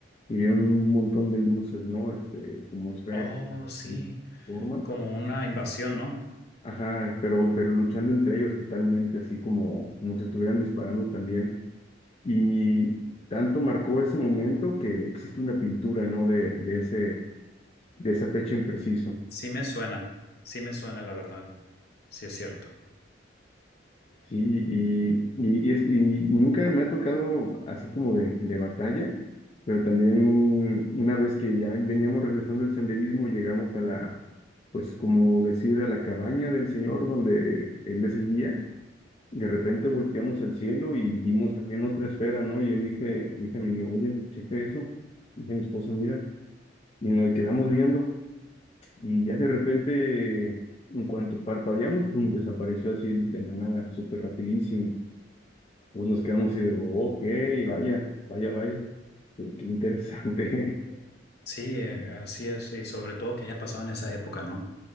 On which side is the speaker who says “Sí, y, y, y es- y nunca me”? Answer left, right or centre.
Left